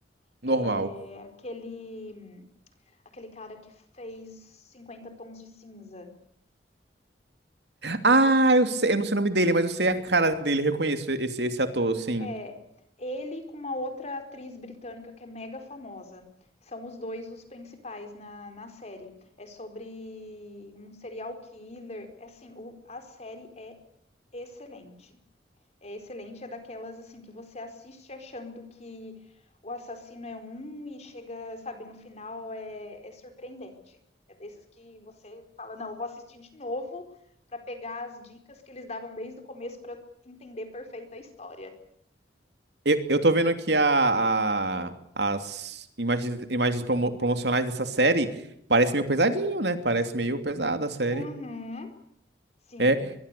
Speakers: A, on the right; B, on the left.
A: Normal.
B: É aquele. Aquele cara que fez 50 tons de cinza. Eu não-
A: Ah, eu sei, eu não sei o nome dele, mas eu sei a cara dele, reconheço esse, esse ator, sim.
B: É. Ele com uma outra atriz britânica que é mega famosa. São os dois os principais na, na série. É sobre um serial killer. É Assim, o- a série é excelente. É excelente, é daquelas assim que você assiste achando que o assassino é um e chega, sabe, no final é, é surpreendente. É desses que você fala, não, eu vou assistir de novo pra pegar as dicas que eles davam desde o começo pra eu entender perfeita a história.
A: Eu, eu tô vendo aqui a, a- as imagens, imagens promo- promocionais dessa série. Parece meio pesadinho, né? Parece meio pesada a série.
B: Uhum, sim.
A: É,